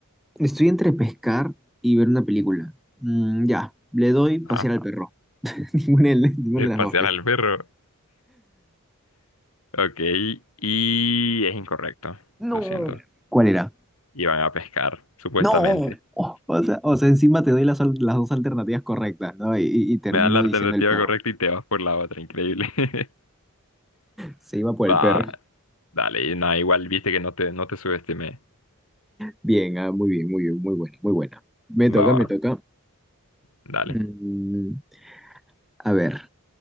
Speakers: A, in the centre; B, on the left.
A: estoy entre pescar y ver una película. Mm, ya, le doy pasear
B: Ah,
A: al perro. <laughs> Ninguna de, las-
B: <laughs>
A: ninguna
B: es
A: de las
B: pasear
A: dos. pues.
B: al perro. Ok, y es incorrecto.
A: No.
B: Lo siento.
A: ¿Cuál era?
B: Iban a pescar, supuestamente.
A: No. Oh, o sea, o sea, encima te doy las, al- las dos alternativas correctas, ¿no? Y, y- y termino
B: Me da la alternativa
A: diciendo el perro.
B: correcta y te vas por la otra, increíble. <laughs>
A: Se iba por
B: Va,
A: el perro.
B: dale, nada, igual viste que no te, no te subestimé.
A: Bien, ah, muy bien, muy bien, muy buena, muy buena. Me toca,
B: Va, va,
A: me toca.
B: dale.
A: Mm, a ver,